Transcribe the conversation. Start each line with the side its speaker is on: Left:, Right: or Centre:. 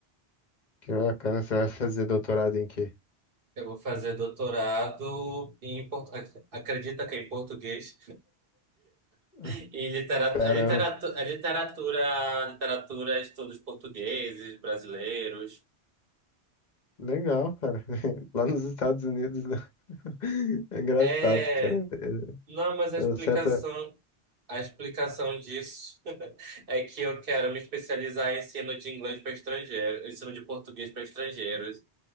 Left: que bacana. Você vai fazer doutorado em quê?
Right: Eu vou fazer doutorado em port... acredita que é em português <laughs>
Left: <laughs>
Right: em literatura,
Left: Caramba,
Right: literatura, é literatura, literatura, estudos portugueses, brasileiros.
Left: legal, cara. <laughs> Lá nos Estados Unidos, né? <laughs> É engraçado,
Right: É,
Left: cara. É
Right: não, mas a explicação,
Left: é uma certa.
Right: a explicação disso <laughs> é que eu quero me especializar em ensino de inglês para estrangeiros, ensino de português para estrangeiros.